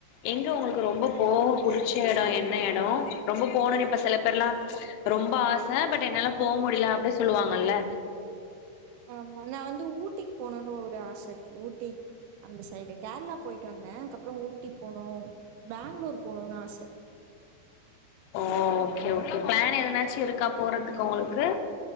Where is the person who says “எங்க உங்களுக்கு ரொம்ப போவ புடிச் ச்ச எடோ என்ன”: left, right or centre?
Left